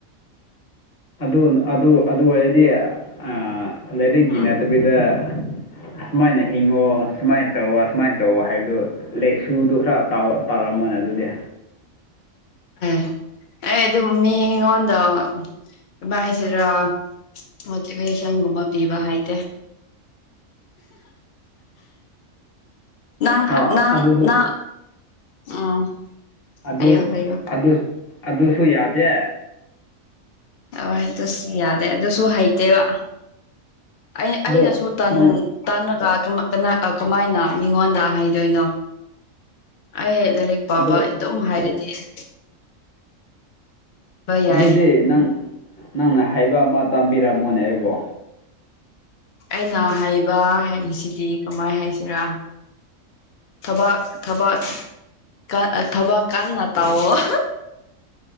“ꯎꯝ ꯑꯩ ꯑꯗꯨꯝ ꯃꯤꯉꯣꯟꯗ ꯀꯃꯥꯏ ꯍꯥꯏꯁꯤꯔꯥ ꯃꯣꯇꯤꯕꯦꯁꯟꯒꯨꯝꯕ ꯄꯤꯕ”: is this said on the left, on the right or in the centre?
Left